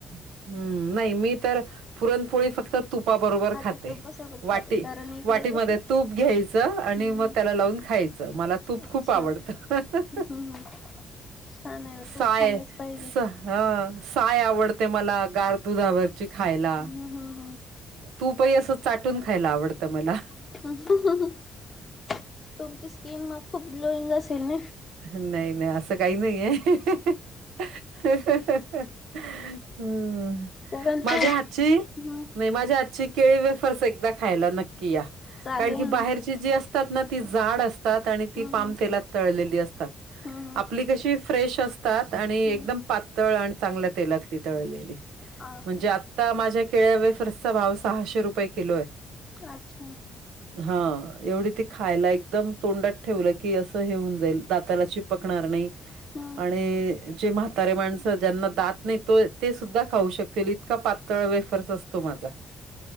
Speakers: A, on the right; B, on the left.
A: हम्म नाही मी तर पुरणपोळी फक्त तुपाबरोबर
B: अच्छा
A: खाते
B: तुपासोबत
A: वाटी
B: खाते कारण इकडे
A: वाटीमध्ये
B: कसं
A: तूप घ्यायचं आणि
B: हम्म
A: मग त्याला लावून खाय च मला तूप
B: अच्छा
A: खूप आवडत हहह.
B: हम्म हम्म छान आहे ना
A: साय
B: तूप खाल्लंच पाहिजे
A: स ह साय आवडते मला गार दुधावरची खायला.
B: हम्म हम्म
A: तूपही असं चाटून खायला आवडतं मला.
B: पहू <unintelligible>
A: नाही नाही असं काही नाही आहे हहह. हहह, हम्म.
B: कारण
A: माझ्या
B: ते
A: हातची
B: हम्म
A: नाही माझ्या हातची. केळी वेफर्स एकदा खायला नक्की या
B: चालेल
A: कारण की बाहेरची
B: ना
A: जी असतात ना ती जाड अस तात आणि ती
B: हम्म
A: पाम
B: हम्म
A: तेलात तळलेली असतात.
B: हम्म हम्म
A: आपली कशी फ्रेश अस तात आणि
B: हम्म
A: एकदम पातळ आणि चांगल्या तेलातली तळलेली.
B: हा
A: म्हणजे आ ता माझ्या केळ्या वेफ्रसचा भाव सहाशे रुपये किलो आहे.
B: आच्छा.
A: हा एवढी ती खायला एकदम तोंडात ठेवलं की असं हे होऊन जाईल. दाताला चिपकणार नाही
B: हम्म
A: आणी जे म्हाता तारेे माणसं ज्यांना दात नाही तो ते सुद्धा खाऊ शकतील इतका पातळ वेफर्स असतो माझा.